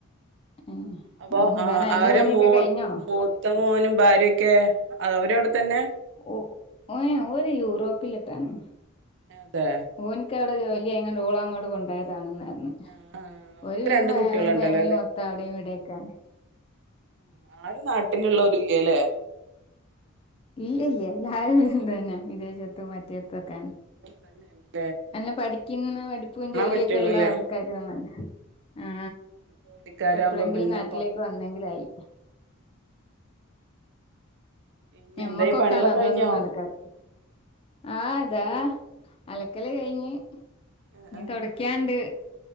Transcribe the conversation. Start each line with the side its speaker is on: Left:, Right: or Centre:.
Left: ഉം
Right: അപ്പൊ
Left: എന്താണ്
Right: ആ
Left: അന്റെ
Right: അവര്
Left: പണിയൊക്കെ
Right: മൂ
Left: കഴിഞ്ഞോ
Right: മൂത്ത മോനും ഭാര്യൊക്ക ക്കെ അ അവരവിടെത്തന്നെയാ?
Left: ഓ ഓൻ ഓര് യൂറോപ്പിലൊക്ക്യാണ്
Right: അതെ
Left: ഓനിക്കവിടെ ജോ ലിയായെകൊണ്ടിവളെ അങ്ങോട്ട് കൊണ്ടോയതാണ്ന്ന് ന്ന്.
Right: ആ ആ
Left: ഓരു
Right: ഓൾക്ക്
Left: പിന്നെ
Right: രണ്ട് കുട്ടികളുണ്ടല്ലോ
Left: ഫാമിലി മൊത്തം അവിടെയും ഇവിടെയൊക്കാണ്.
Right: ആ ആരും നാട്ടിലുള്ളവരില്ല്യല്ലേ?
Left: ഇല്ലില്ല്യ എല്ലാരും അത് തന്നേ വിദേശത്തും മറ്റേടുത്വക്കാണ്.
Right: തന്നെയാണ്.
Left: നല്ല പഠിക്കുന്ന പഠിപ്പും ജോലീയൊക്കെ
Right: പറ്റുള്ളൂല്ലേ
Left: ഉള്ള ആൾക്കാരുവാണ്. ആ
Right: ജോലിക്കാരാവുമ്പോ
Left: എപ്പളെങ്കിലും
Right: പിന്നെപ്പോ
Left: നാട്ടിലേക്ക് വന്നെങ്കിലായി.
Right: പിന്നെ
Left: നമ്മക്കൊക്കാണ്
Right: എന്തായി പണികളൊക്കെ
Left: അതൊന്നും
Right: കഴിഞ്ഞോ
Left: നടക്കാത്തെ ആ ദാ, അലക്കല്
Right: ഉം
Left: കഴിഞ്ഞ്
Right: ആ
Left: ഇനി
Right: ആ
Left: തൊടക്കാൻണ്ട്.